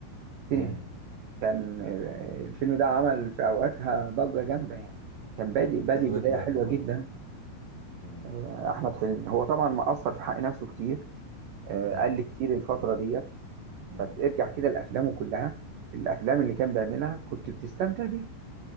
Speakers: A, on the right; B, on the left.
A: سينما
B: مم.
A: كان آه، الفيلم ده عمل في أوقاتها ضجة جامدة يعني كان بادئ بادئ
B: كده
A: بداية
B: رضا
A: حلوة
B: و-
A: جدا
B: مم.
A: آه، أحمد حلمي هو طبعا مقصر في حق نفسه كتير آه،
B: مم.
A: قال لي كتير الفترة دي
B: مم.
A: بس ارجع كده لأفلامه كلها الأفلام اللي كان بيعملها كنت بتستمتع بيها